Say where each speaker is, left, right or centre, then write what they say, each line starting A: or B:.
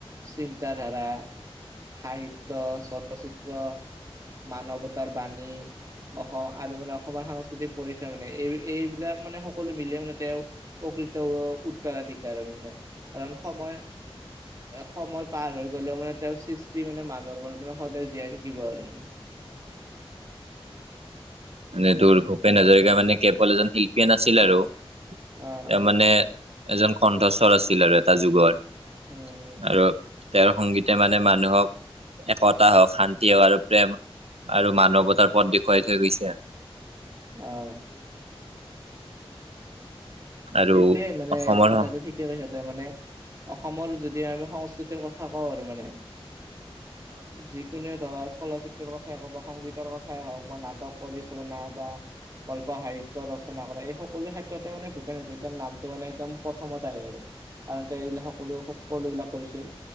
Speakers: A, on the right; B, on the right.
A: চিন্ত ধাৰা সাহিত্য চলচিত্ৰ মানৱতাৰ বাণী অসম আৰু মানে অসমৰ সাংস্কৃতিক পৰিচয় মানে। এই এইবিলাক মানে সকলো মিলিয়ে মানে তেওঁ কৃত উত্তৰাধিকাৰ মানে, কাৰণ সময় এ সময় পাৰ হৈ গ'লেও মানে তেওঁৰ সৃষ্টি মানে মানুহৰ মনত মানে সদায় জীয়াই থাকিব। আৰু
B: <inaudible> মানে তোৰ ভূপেন হাজৰিকা মানে কেৱল এজন শিল্পীয়ে নাছিল আৰু তাৰ
A: আহ আহ।
B: মানে, এজন কণ্ঠস্বৰ আছিল আৰু এটা যুগৰ।
A: উম', উম'।
B: আৰু তেওঁৰ সংগীতে মানে মানুহক একতা হওঁক শান্তি হওঁক আৰু প্ৰেম আৰু মানৱতাৰ পথ দেখুৱাই থৈ গৈছে।
A: অ'।
B: আৰু
A: সেইটোৱে মানে
B: অসমৰ
A: কথাটো
B: অ
A: ঠিকে কৈছা তই মানে অসমৰ যদি আমি সংস্কৃ কৃতি কথা কওঁ আৰু মানে যিকোনো চলচিত্ৰৰ কথাই হওক বা সংগীতৰ কথাই হওঁক বা নাটক পৰিচালনা বা কল্প সাহিত্য ৰচনা কৰা এই সকলো ক্ষেত্ৰতে মানে ভূপেন হাজৰি কাৰ নামটো মানে একদম প্ৰথমত আহে আৰু কাৰ এইবিলাক সকলো সকলোবিলাক কৰিছিল।